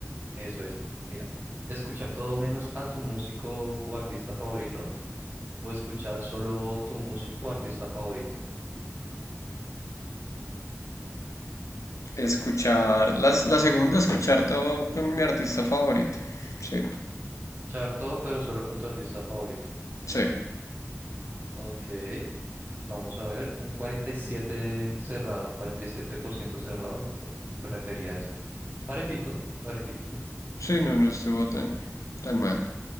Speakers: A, on the right; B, on the left.
A: Eso, eso. Mira, escuchar todo menos a tu músico o artista favorito o escuchar solo tu músico o artista favorito.
B: Escuchar, las, la segunda, escuchar todo con mi artista favorito. Sí,
A: Escuchar todo, pero solo con tu artista favorito.
B: sí,
A: Ok, vamos a ver, un 47 cerrado, 47% cerrado, no, prefería esa. Parejito, parejito.
B: sí, no, no estuvo tan, tan mal.